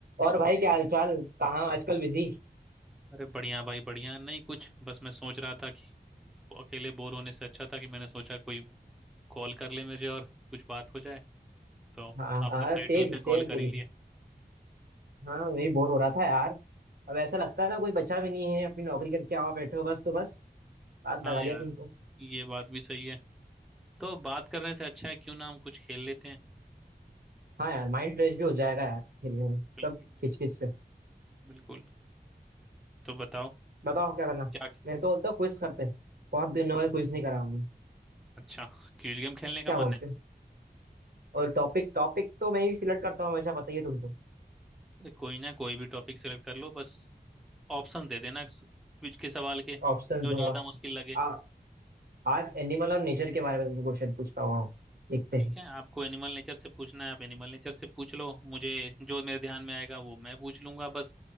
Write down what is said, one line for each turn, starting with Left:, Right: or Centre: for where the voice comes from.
Right: और भाई क्या हालचाल कहाँ आजकल बिजी
Centre: अरे बढ़िया भाई बढ़िया नहीं कुछ बस मैं सोच रहा था कि अकेले बोर होने से अच्छा था कि मैंने सोचा कोई कॉल कर ले मुझे और कुछ बात हो जाए तो
Right: हाँ
Centre: आपने
Right: हाँ
Centre: सही
Right: सेम
Centre: टाइम पे
Right: सेम
Centre: कॉल
Right: फीलिंग
Centre: कर ही लिया
Right: हाँ वही बोर हो रहा था यार अब ऐसा लगता है ना कोई बच्चा भी नहीं है अपनी नौकरी करके आओ बैठे हो बस तो बस बात लगा
Centre: हाँ यार
Right: लिया तुमको
Centre: ये बात भी सही है तो बात करने से अच्छा है क्यों ना हम कुछ खेल लेते हैं
Right: हाँ यार माइंड फ्रेश भी हो जाएगा यार खेलने में
Centre: बिल्कुल
Right: सब
Centre: बिल्कुल
Right: किचकिच से
Centre: बिल्कुल तो बताओ
Right: बताओ क्या करना
Centre: क्या
Right: मैं तो बोलता हूँ क्विज करते हैं बहुत दिन हो गए क्विज नहीं करा हमने
Centre: अच्छा क्विज गेम खेलने का
Right: क्या बोलते
Centre: मन है
Right: हो और टॉपिक टॉपिक तो मैं ही सिलेक्ट करता हूँ हमेशा बताइए तुमको
Centre: अरे कोई ना कोई भी टॉपिक सेलेक्ट कर लो बस ऑप्शन दे देना क्विज के सवाल के
Right: ऑप्शन
Centre: जो
Right: दूंगा
Centre: ज्यादा मुश्किल लगे
Right: आ, आज एनिमल और नेचर के बारे में तुमको क्वेश्चन पूछता हूँ देखते हैं
Centre: ठीक है आपको एनिमल नेचर से पूछना है आप एनिमल नेचर से पूछ लो मुझे जो मेरे ध्यान में आएगा वो मैं पूछ लूंगा बस